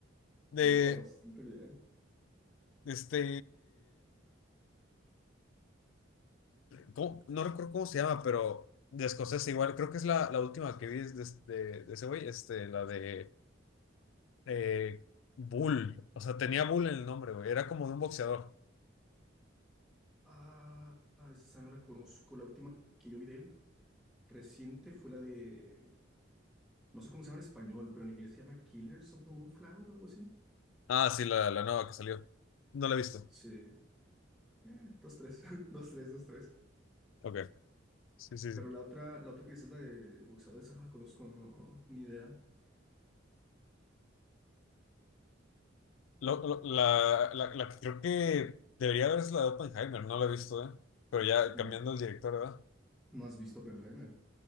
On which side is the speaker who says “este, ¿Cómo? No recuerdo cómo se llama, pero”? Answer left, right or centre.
Left